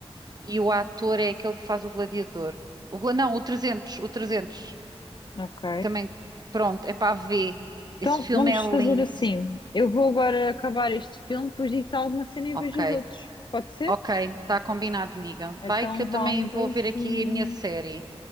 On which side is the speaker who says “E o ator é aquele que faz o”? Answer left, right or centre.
Right